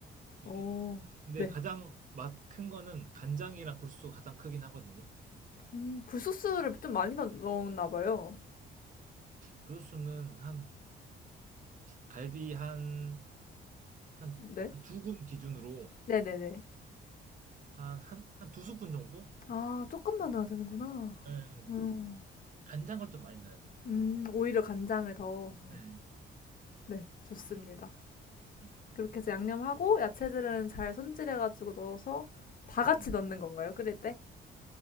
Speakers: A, on the right; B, on the left.
A: 이렇게.
B: 오,
A: 근데
B: 네.
A: 가장 맛 큰 거는 간장이랑 굴소스가 가장 크긴 하거든요.
B: 음, 굴소스를 좀 많이 넣- 넣었나 봐요.
A: 굴소스는 한 갈비 한 한
B: 네.
A: 한 두 군 기준으로
B: 네네네.
A: 한 한 한 두 스푼 정도?
B: 아, 조금만 넣어야 되는구나.
A: 예. 예.
B: 음,
A: 간장을 좀 많이 넣어야 돼요.
B: 음, 오히려 간장을 더.
A: 예.
B: 네, 좋습니다.
A: 예.
B: 그렇게 해서 양념하고 야채들은 잘 손질해가지고 넣어서 다 같이
A: 예.
B: 넣는 건가요? 끓일 때?